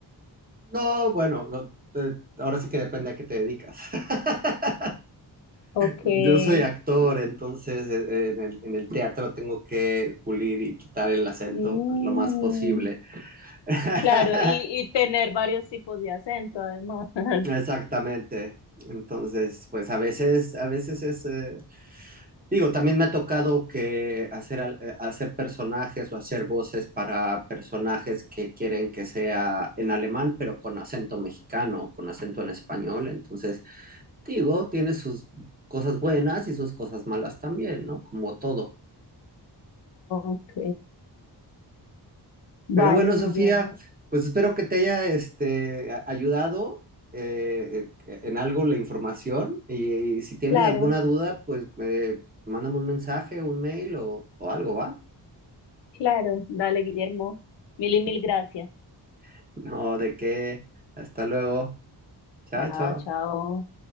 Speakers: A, on the right; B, on the left.
A: no, bueno, no, eh, ahora sí que depende a qué te dedicas. <laughs>
B: Okay,
A: Yo soy actor, entonces eh, en el, en el teatro tengo que pulir y quitar el acento
B: Mm,
A: lo más posible. <laughs>
B: claro, y, y tener varios tipos de acento además. <laughs> Ajá,
A: Exactamente. Entonces, pues a veces, a veces es, eh, digo, también me ha tocado que hacer, al- eh, hacer personajes o hacer voces para personajes que quieren que sea en alemán, pero con acento mexicano, con acento en español. Entonces, digo, tiene sus cosas buenas y sus cosas malas también, ¿no? Como todo.
B: Ok. Vale,
A: Pero bueno,
B: Guillermo.
A: Sofía, pues espero que te haya este, a- ayudado eh, eh, en algo la información y, y si tienes
B: Claro,
A: alguna duda, pues eh, mándame un mensaje, un mail o, o algo, ¿va?
B: claro. Dale, Guillermo. Mil y mil gracias.
A: <laughs> No, de qué. Hasta luego. Chao,
B: Chao,
A: chao.
B: chao.